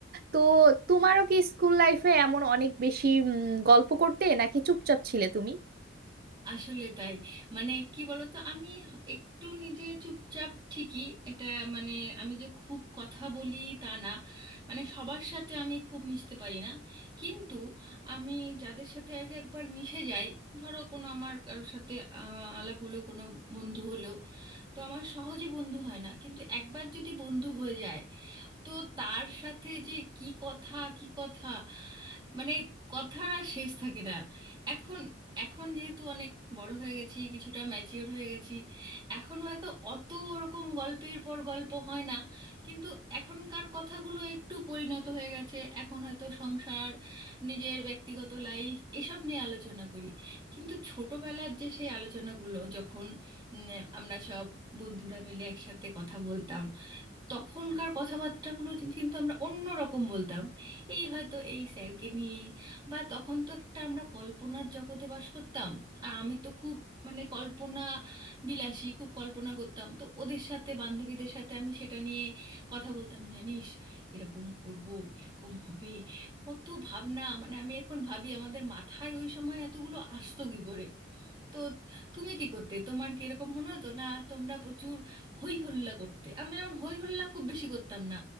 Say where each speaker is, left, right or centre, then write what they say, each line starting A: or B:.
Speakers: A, on the right (about 50°); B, on the right (about 25°).
A: তো তোমারও কি স্কুল লাইফে এমন অনেক বেশি উম, গল্প করতে নাকি চুপচাপ ছিলে তুমি
B: আসলে তাই মানে কি বলতো আমি একটু নিজে চুপচাপ ঠিকই এটা মানে আমি যে খুব কথা বলি তা না মানে সবার সাথে আমি খুব মিশতে পারি না কিন্তু আমি যাদের সাথে আর কি একবার মিশে যাই ধরো কোনো আমার কারোর সাথে আহ, আলাপ হলো কোনো বন্ধু হলো তো আমার সহজে বন্ধু হয় না কিন্তু একবার যদি বন্ধু হয়ে যায় তো তার সাথে যে কি কথা কি কথা মানে কথার আর শেষ থাকে না এখন এখন যেহেতু অনেক বড় হয়ে গেছি কিছুটা ম্যাচিওর হয়ে গেছি এখন হয়তো অত ওরকম গল্পের পর গল্প হয় না কিন্তু এখনকার কথাগুলো একটু পরিণত হয়ে গেছে এখন হয়তো সংসার নিজের ব্যক্তিগত লাইফ এসব নিয়ে আলোচনা করি কিন্তু ছোটবেলার যে সেই আলোচনাগুলো যখন উম, আমরা সব বন্ধুরা মিলে একসাথে কথা বলতাম তখনকার কথাবার্তাগুলো যে- কিন্তু আমরা অন্য রকম বলতাম এই হয়তো এই স্যারকে নিয়ে বা তখন তো একটা আমরা কল্পনার জগতে বাস করতাম আর আমি তো খুব মানে কল্পনা বিলাসী খুব কল্পনা করতাম তো ওদের সাথে বান্ধবীদের সাথে আমি সেটা নিয়ে কথা বলতাম জানিস এরকম করব এরকম হবে কত ভাবনা মানে আমি এখন ভাবি আমাদের মাথায় ওই সময় এতগুলো আসতো কী করে তো তুমি কি করতে তোমার কি এরকম মনে হতো না তোমরা প্রচুর হই হল্লা করতে আমরা যেমন হই হল্লা খুব বেশি করতাম না